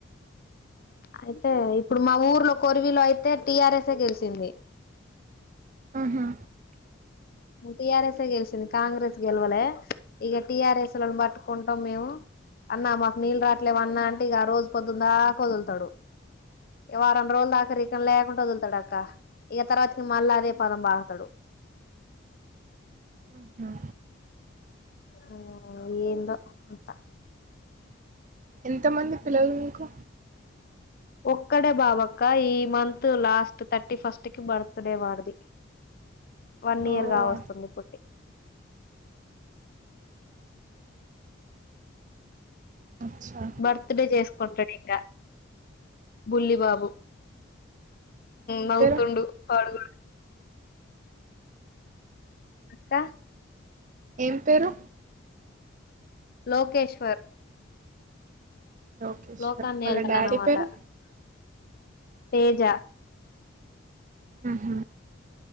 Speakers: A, on the left; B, on the right.
A: అయితే ఇప్పుడు మా ఊర్లో కొరివిలో అయితే టి ఆర్ ఎస్ ఏ గెలిసింది
B: ఆహా
A: టీ ఆర్ ఎస్ ఏ గెలిచింది కాంగ్రెస్ గెలవలే ఇక టీ ఆర్ ఎస్ లను పట్టుకుంటాం మేము అన్నా మాకు నీళ్ళు రాట్లేమన్నా అంటే ఇక రోజు పొద్దుందాకొదులుతాడు వారం రోజులు దాకరికలు లేకుండా వదులుతాడు అక్క ఇక తర్వాతకి మళ్ళా అదే పదం బడతాడు
B: ఆహా
A: ఆ ఏందో అంతా
B: ఎంతమంది పిల్లలు నీకు
A: ఒక్కడే బాబక్క ఈ మంత్ లాస్ట్ థర్టీ ఫస్ట్ కి బర్త్ డే వాడిది వన్ ఇయర్
B: ఓహ్!
A: గావస్తుంది పుట్టి
B: అచ్చా!
A: బర్త్ డే చేస్ కొంటడిక బుల్లి బాబు
B: ఏం
A: నౌతుండు
B: పేరు?
A: పడుకోలే. అక్క
B: ఏం పేరు.
A: లోకేశ్వర్.
B: లోకేశ్వర్.
A: లోకాన్ని
B: వాళ్ళ
A: ఏళ్తాడనమాట
B: డాడీ పేరు.
A: తేజ.
B: ఉహు